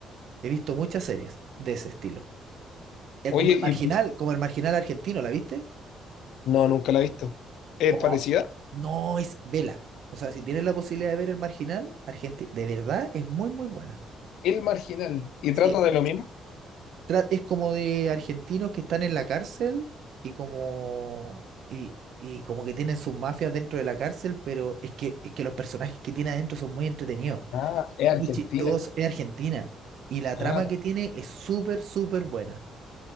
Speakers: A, on the right; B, on the left.
A: He visto muchas series de ese estilo. Es
B: Oye,
A: como el marginal,
B: y
A: como el marginal argentino, ¿la viste?
B: no, nunca la he visto. Es
A: Po,
B: parecida,
A: No, es vela. O sea, si tienes la posibilidad de ver el marginal, Argentina, de verdad es muy, muy buena.
B: El Marginal, y
A: Sí,
B: trata de lo mismo.
A: tra- es como de argentinos que están en la cárcel y como y, y como que tienen sus mafias dentro de la cárcel, pero es que es que los personajes que tiene adentro son muy entretenidos,
B: Ah, es
A: muy
B: Argentina.
A: chistosos, es Argentina y la
B: Ah,
A: trama que tiene es súper súper buena.